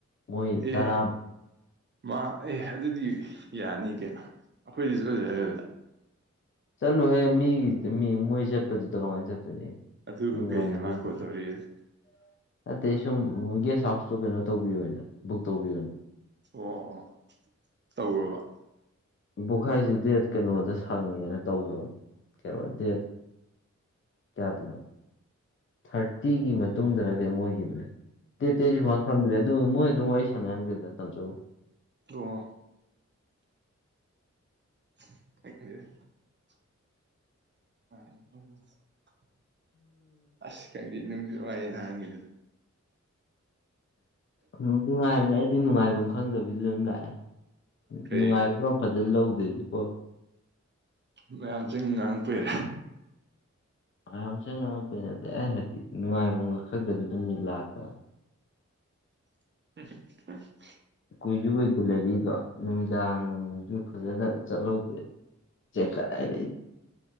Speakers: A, on the left; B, on the right.
A: ꯃꯣꯏ
B: ꯑꯦ
A: ꯇꯔꯥꯝ
B: ꯃꯥ ꯑꯦ ꯑꯗꯨꯗꯤ ꯌꯥꯅꯤ ꯀꯩꯅꯣ ꯑꯩꯈꯣꯏꯗꯁꯨ ꯑꯣꯏꯖ ꯑꯗꯨꯗ
A: ꯆꯂꯨ ꯍꯦ ꯃꯤ ꯃꯤ ꯃꫭꯏ ꯆꯠꯄꯗꯨꯗ ꯀꯃꯥꯏꯅ <inaudible>
B: ꯑꯗꯨꯕꯨ ꯀꯩꯅꯤ
A: <unintelligible>
B: ꯃꯥ ꯀꯣꯜ ꯇꯧꯔꯛꯑꯦ
A: ꯑꯇꯩ ꯁꯨꯝ ꯒꯦꯁꯠ ꯍꯥꯎꯁꯇꯣ ꯀꯩꯅꯣ ꯇꯧꯕꯤꯌꯣꯅ ꯕꯨꯛ ꯇꯧꯕꯤꯌꯣꯅ
B: ꯑꯣ ꯇꯧꯒꯔꯕ꯫
A: ꯕꯨꯈꯥꯏꯁꯦ ꯗꯦꯠ ꯀꯩꯅꯣꯗ ꯁꯪꯉꯦꯅ ꯇꯧꯒꯔꯕꯅꯤ ꯀꯩꯅꫭ ꯗꯦꯠ ꯀꯌꯥꯗꯅꯣ ꯊꯥꯔꯇꯤꯒꯤ ꯃꯇꯨꯡꯗꯔ ꯒꯩꯃ ꯑꯣꯏꯈꯤꯕꯅꯦ꯫ ꯗꯠꯇꯤꯦ ꯑꯩꯁꯨ ꯐꯟ ꯈꯪꯗ꯭ꯔꯦ ꯑꯗꯨ ꯃꯣꯏ ꯑꯗꯨꯝ ꯋꯥꯔꯤ ꯁꯥꯟꯅ ꯀꯩꯀꯥ ꯇꯧꯖꯧ꯫
B: ꯑꯣ <inaudible> <unintelligible> ꯑꯁ ꯈꯪꯗꯦ ꯅꯨꯡꯗꯤ ꯅꯡꯉꯥꯏ ꯅꯍꯥꯟꯒꯤꯗꫭ꯫
A: ꯅꯨꯡꯗꯤ ꯅꯨꯡꯉꯥꯏꯕꯅꯦ ꯑꯩꯗꯤ ꯅꯨꯡꯉꯥꯏꯐꯝ ꯈꯪꯗꯕꯤꯗ ꯑꯗꯨꯝ ꯂꯥꯛꯑꯦ꯫
B: ꯀꯩ
A: ꯅꯨꯡꯉꯥꯏꯕ꯭ꯔꫭ ꯐꯖꯅ ꯂꯧꯗꯦ ꯏꯀꯣ꯫
B: ꯃꯌꯥꯝ ꯆꯪ ꯉꯥꯡ ꯀꯨꯏꯔꯦ꯫
A: ꯃꯌꯥꯝ ꯆꯪ ꯉꯥꯡꯑꯛꯄꯩ ꯅꯠꯇꯦ ꯑꯩꯅ ꯍꯥꯏꯗꯤ ꯅꯨꯡꯉꯥꯏꯐꯝꯒ ꯈꯪꯗꯕꯤꯗꯨꯝꯅꯤ ꯂꯥꯛꯄ꯫
B: <unintelligible>
A: ꯀꯨꯏꯁꯨꯨ <inaudible> ꯅꯨꯃꯤꯗꯥꯡꯁꯨ ꯐꯖꯅ ꯆꯠꯍꯧꯗꯦ꯫ ꯆꯦꯈꯥꯏꯔꯦ꯫